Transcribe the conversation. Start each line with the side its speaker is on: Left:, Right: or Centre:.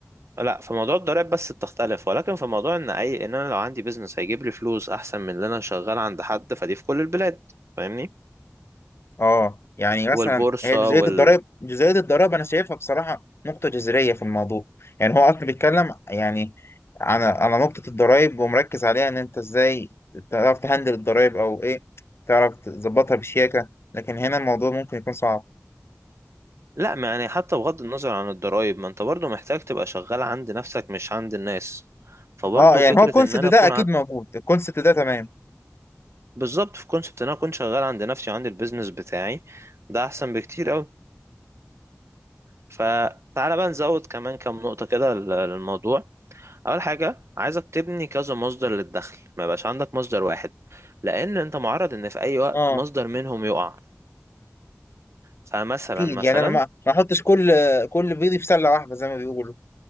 Right: لا في موضوع الضرائب بس بتختلف ولكن في موضوع ان اي ان انا لو عندي بيزنس هيجيب لي فلوس احسن من اللي انا شغال عند حد فدي في كل البلاد فاهمني
Left: اه يعني مثلا
Right: والبورصة
Left: هي جزئية
Right: وال
Left: الضرائب جزئية الضرائب أنا شايفها بصراحة نقطة جذرية في الموضوع يعني هو أصلا بيتكلم يعني على على نقطة الضرائب ومركز عليها إن أنت إزاي تعرف تهندل الضرائب أو إيه تعرف تظبطها بشياكة لكن هنا الموضوع ممكن يكون صعب
Right: لا ما يعني حتى بغض النظر عن الضرائب ما انت برضو محتاج تبقى شغال عند نفسك مش عند الناس فبرضو
Left: اه يعني
Right: فكرة
Left: هو الكونسيبت
Right: ان انا
Left: ده
Right: اكون
Left: أكيد موجود الكونسيبت ده تمام
Right: بالظبط في كونسبت ان انا اكون شغال عند نفسي وعندي البيزنس بتاعي ده احسن بكتير قوي فتعالى بقى نزود كمان كام نقطة كده لل- للموضوع اول حاجة عايزك تبني كذا مصدر للدخل ما يبقاش عندك مصدر واحد لان انت معرض ان في اي وقت
Left: اه
Right: مصدر منهم يقع فمثلا
Left: اكيد
Right: مثلا
Left: يعني انا ما ما احطش كل كل بيضي في سله واحده زي ما بيقولوا